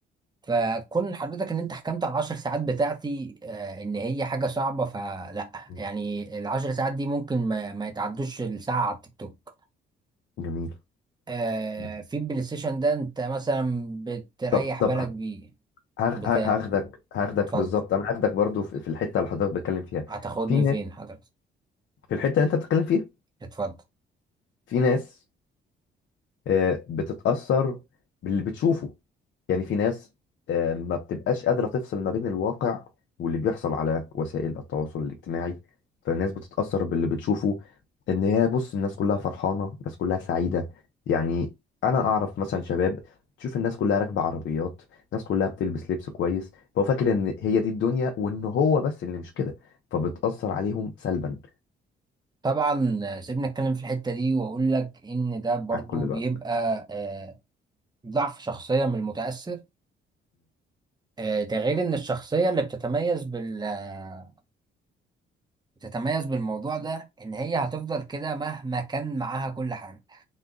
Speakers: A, on the right; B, on the left.
A: فكون حضرتك ان انت حكمت على العشر ساعات بتاعتي آه ان هي حاجة صعبة فلا
B: مم.
A: يعني العشر ساعات دي ممكن ما, ما يتعدوش الساعة على التيك توك
B: جميل
A: آه
B: مم.
A: في البلاي ستيشن ده انت مثلا بتريح
B: طب طب
A: بالك
B: يعني
A: بيه
B: ه-
A: بتاع
B: ه- هاخدك هاخدك
A: اتفضل
B: بالظبط انا هاخدك برضو في في الحته اللي حضرتك بتتكلم فيها
A: هتاخدني
B: في ناس
A: فين حضرتك
B: في الحته اللي انت بتتكلم فيها
A: اتفضل
B: في ناس آه، بتتأثر باللي بتشوفه يعني في ناس آه، ما بتبقاش قادرة تفصل ما بين الواقع واللي بيحصل على وسائل التواصل الاجتماعي فالناس بتتأثر باللي بتشوفه ان هي بص الناس كلها فرحانة الناس كلها سعيدة يعني انا اعرف مثلا شباب تشوف الناس كلها راكبة عربيات الناس كلها بتلبس لبس كويس فهو فاكر ان هي دي الدنيا وان هو بس اللي مش كده فبتأثر عليهم سلبا
A: طبعا آه، سيبني اتكلم في الحتة دي واقول لك ان ده برضو
B: معاك كل الوقت
A: بيبقى آه ضعف شخصية من المتأثر آه ده غير ان الشخصية اللي بتتميز بال آه، بتتميز بالموضوع ده ان هي هتفضل كده مهما كان معاها كل حاجة